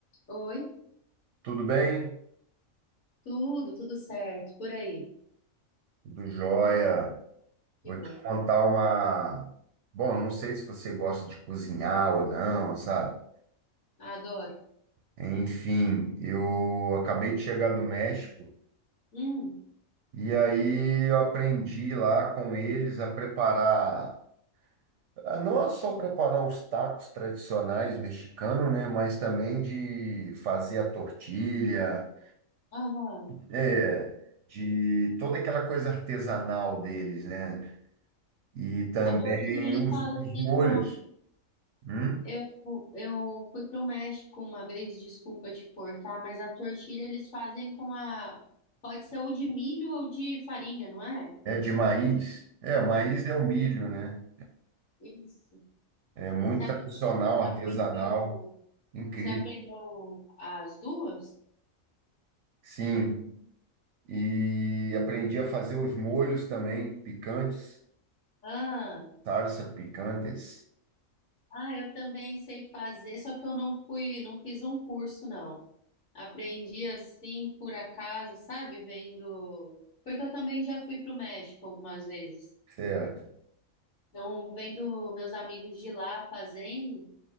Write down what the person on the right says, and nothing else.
Tudo bem?
Tudo jóia.
Vou
te contar uma. Bom, não sei se você gosta de cozinhar ou não, sabe?
Enfim, eu acabei de chegar do México
e aí eu aprendi lá com eles a preparar, a não só preparar os tacos tradicionais mexicanos, né? Mas também de fazer a tortilha,
é, de toda aquela coisa artesanal deles, né? E também
os
os
molhos.
Hum?
É de maíz? É, o maíz é o milho, né?
É muito
tradicional, artesanal,
incrível.
Sim, e aprendi a fazer os molhos também, picantes,
salsa picantes,
certo?